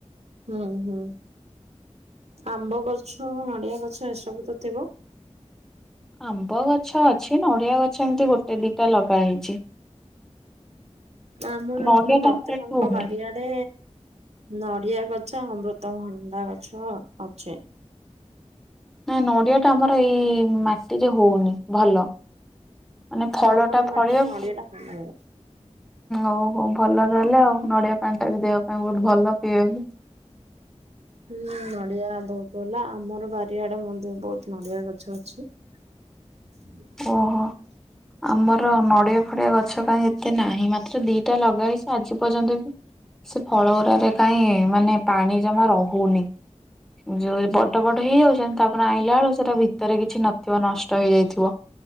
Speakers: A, on the right (about 70°); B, in the centre.
A: ହୁଁ ହୁଁ ଆମ୍ବ ଗଛ, ନଡିଆ ଗଛ ଏସବୁ ତ ଥିବ।
B: ଆମ୍ବ ଗଛ ଅଛି, ନଡିଆ ଗଛ ଏମିତି ଗୋଟେ ଦିଟା ଲଗା ହେଇଛି।
A: ଆମର
B: ନଡିଆ
A: ପୁରା
B: ଟା
A: ପ୍ରତ୍ୟେକଙ୍କ
B: ଆମର ଏଠି ହଉନି
A: ବାରି, ରେ ନଡିଆ ଗଛ ଅମୃତଭଣ୍ଡା ଗଛ ଅଛି।
B: ନା ନଡିଆ ଟା ଆମର ଏଇ ମାଟିରେ ହଉନି। ଭଲ। ମାନେ ଫଳ
A: ଆମର
B: ଟା
A: ଏ ମାଟି
B: ଫଳିବ
A: ନଡିଆ ଟା ଭଲ ହୁଏ।
B: ଅହ ଭଲ ଭଲ, ନଡିଆ ପାଣି ଟା ଦେହ ପାଇଁ ବହୁତ ଭଲ ପିଇବାକୁ।
A: ହୁଁ ନଡିଆ ବହୁତ ଭଲ, ଆମର ବାରିଆଡ ମଧ୍ୟ ବହୁତ ନଡିଆ ଗଛ ଅଛି। <inaudible>
B: ଓହୋ ଆମର ନଡ଼ିଆ ଫଡ଼ିଆ ଗଛ କାହିଁ ଏତେ ନାହିଁ, ମାତ୍ର ଦିଟା ଲଗା ହଇଛି। ଆଜି ପର୍ଯ୍ୟନ୍ତ ବି ସେ ଫଳ ଗୁରାରେ, କାହିଁ ମାନେ ପାଣି ଜମା ରହୁନି। ଯଉଁ ଏ ବଡ ବଡ ହେଇଯାଉଛନ୍ ତାପରେ ଆଣିଲା ବେଳେ ସେଟା ଭିତରେ କିଛି ନଥିବ ନଷ୍ଟ ହେଇଯାଇଥିବ।